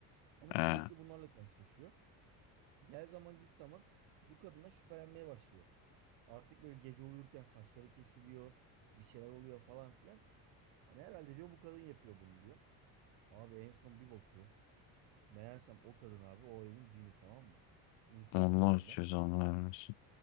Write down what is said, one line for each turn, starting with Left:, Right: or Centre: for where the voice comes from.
Right: Ama sürekli
Left: He.
Right: bunlarla karşılaşıyor. Gel zaman git zaman bu kadına şüphelenmeye başlıyor. Artık böyle gece uyurken saçları kesiliyor. Bir şeyler oluyor falan filan. Hani herhalde diyor bu kadın yapıyor bunu diyor. Abi en son bir bakıyor. Meğersem o kadın abi o evin cini tamam mı? İnsan
Left: Allah
Right: kılığında.
Left: cezanı vermesin.